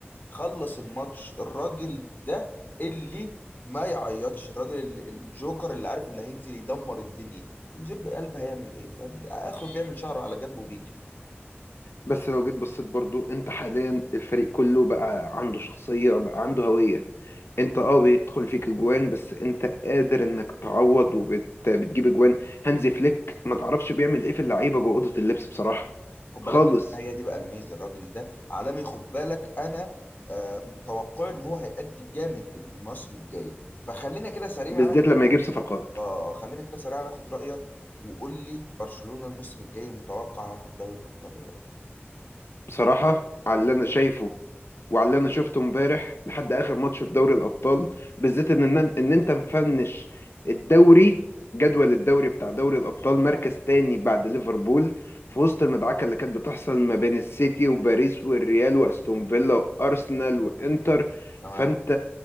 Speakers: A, on the left (about 40°); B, on the left (about 70°).
A: خلص الماتش الراجل ده اللي ما يعيطش الراجل اللي- الجوكر اللي عارف اللي هينزل يدمر الدنيا فنجير بقلب هيعمل ايه فاهم ده اخره بيعمل شعره على جنبه وبيجري
B: بس لو جيت بصيت برضو انت حاليا الفريق كله بقى عنده شخصية بقى عنده هوية انت اه بيدخل فيك اجوان بس انت قادر انك تعوض وبتجيب اجوان هانزي فليك ما تعرفش بيعمل ايه في اللعيبة جوه أوضة اللبس بصراحة
A: خد
B: خالص
A: بالك بقى هي دي بقى الميزه الراجل ده عالمي خد بالك انا آه متوقع ان هو هيأدي الجامد الموسم الجاي فخلينا كده سريعا
B: بالذات لما يجيب
A: آخد-
B: صفقات
A: اه خلينا كده سريعا اخد رأيك وقول لي برشلونة الموسم الجاي متوقع هياخد دوري الابطال ولا لا
B: بصراحة على اللي انا شايفه وعلى اللي انا شفته امبارح لحد اخر ماتش في دوري الابطال بالذات ان ان إن انت مفنش الدوري جدول الدوري بتاع دوري الابطال مركز تاني بعد ليفربول في وسط المدعكه اللي كانت بتحصل ما بين السيتي وباريس والريال واستون فيلا وارسنال وانتر
A: تمام
B: فانت